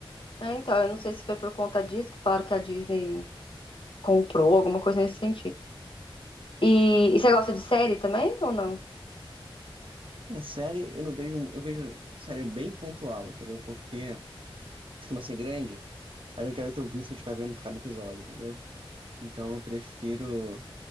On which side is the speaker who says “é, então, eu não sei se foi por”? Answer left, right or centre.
Left